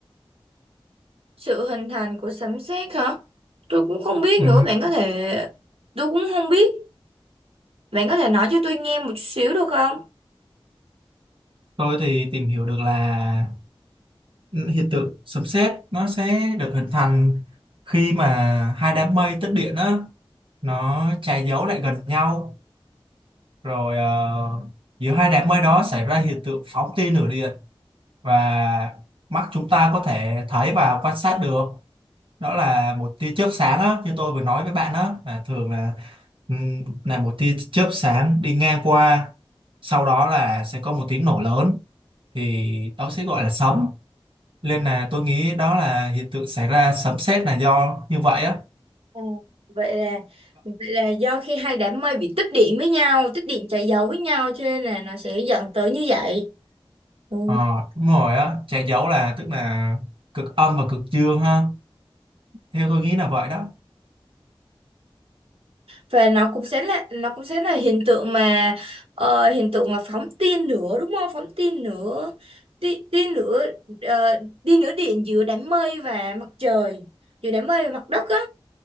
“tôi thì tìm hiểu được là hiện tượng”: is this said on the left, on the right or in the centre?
Right